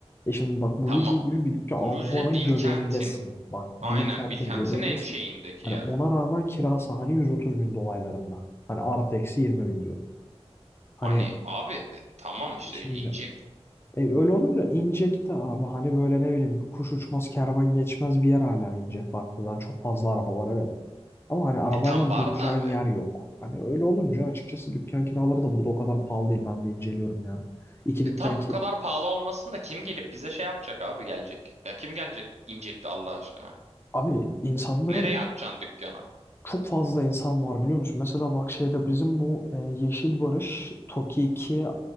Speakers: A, on the left; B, on the right.
A: e şimdi bak Blue
B: tamam.
A: Jay gibi bir dükkan
B: Blue'ce
A: Ankuva'nın
B: Bilkent'in
A: göbeğindesin. Bak Bilkent'in
B: aynen Bilkent'in
A: göbeğindesin.
B: en şeyindeki
A: Hani
B: yer.
A: ona rağmen kirası hani 130 bin dolaylarında. Hani artı eksi 20 bin diyorum. Hani
B: Hani abi e, tamam işte
A: şimdi
B: inecek.
A: E, öyle olunca inecekti abi. Hani böyle ne bileyim kuş uçmaz kervan geçmez bir yer hala ince. Baktığından çok fazla araba var evet. Ama hani arabayla
B: E, tam var
A: duracağın
B: da e,
A: yer yok. Hani öyle olunca açıkçası dükkan kiraları da burada o kadar pahalı değil. Ben de inceliyorum yani. İki
B: e,
A: dükkan
B: tam
A: ki
B: bu kadar pahalı olmasın da kim gelip bize şey yapacak abi gelecek. Ya kim gelecek inecek Allah aşkına.
A: abi insanların
B: Nereye açacaksın dükkanı?
A: çok fazla insan var biliyor musun? Mesela bak şeyde bizim bu e, Yeşil Barış, Toki 2,